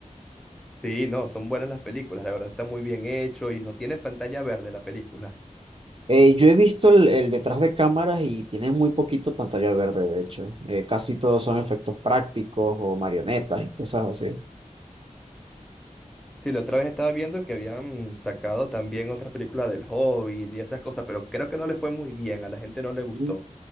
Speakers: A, in the centre; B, on the right.
A: Sí, no, son buenas las películas, la verdad está muy bien hecho y no tiene pantalla verde la película.
B: Eh, yo he visto el, el detrás de cámaras y tienen muy poquito pantalla verde, de hecho. Eh, casi todos son efectos prácticos o marionetas y cosas así.
A: Sí, la otra vez estaba viendo que habían sacado también otra película del Hobbit y esas cosas, pero creo que no le fue muy bien, a la gente no le gustó.
B: Mm.